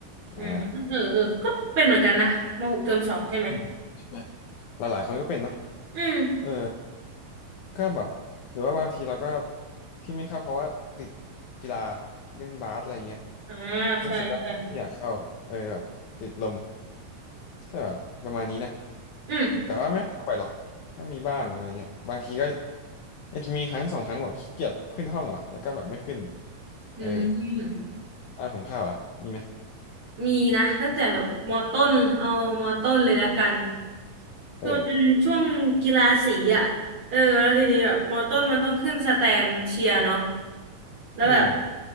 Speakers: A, on the right; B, on the left.
A: อืมเออเออก็เป็นเหมือนกันนะมหกเทอมสองใช่ไหม
B: อ่าอืมหลายๆคนก็เป็นเนาะ
A: อืม
B: เออก็แบบหรือว่าบางทีเราก็ที่ไม่เข้าเพราะว่าติดกีฬาเล่นบาสอะไรเงี้ย
A: อ่าใช่ใช่
B: รู้สึกก็ไม่อยากเข้าเออแบบติดลม ก็แบบประมาณนี้นะ
A: อืม
B: แต่ว่าไม่ค่อยออกไปหรอกก็มีบ้างอะไรเงี้ยบางทีก็อาจจะมีครั้งสองครั้งแบบขี้เกียจขึ้นห้องว่ะแล้วก็แบบไม่ขึ้น
A: อืม
B: เออบ้านของข้าวอ่ะมีไหม
A: มีนะตั้งแต่แบบมอต้นเอามอต้นเลยแล้วกันคือมันเป็นช่วงกีฬาสีอ่ะเออแล้วทีนี้แบบมอต้นมันต้องขึ้นสแตนเชียร์เนาะ
B: เออ
A: แล้วแบบ
B: อืม